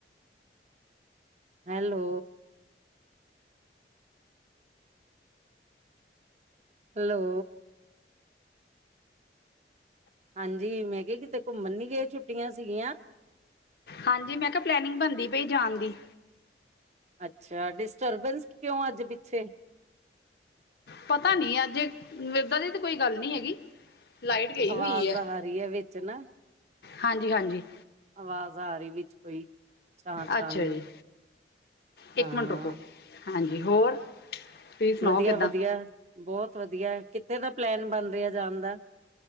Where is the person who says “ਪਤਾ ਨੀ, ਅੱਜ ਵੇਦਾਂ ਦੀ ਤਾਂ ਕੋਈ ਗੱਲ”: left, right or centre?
Left